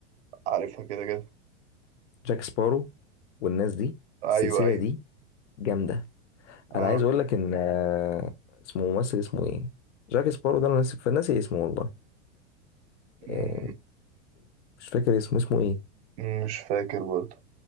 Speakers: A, on the right; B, on the left.
A: عارفها كده كده
B: جاك سبارو والناس دي
A: أيوه
B: السلسله
A: أيوه
B: دي جامده
A: آه
B: انا عايز اقول لك ان آه، اسمه ممثل اسمه ايه جاك سبارو ده انا ناسي فناسي اسمه والله
A: مم،
B: آه، مش فاكر اسمه اسمه ايه
A: مش فاكر برضه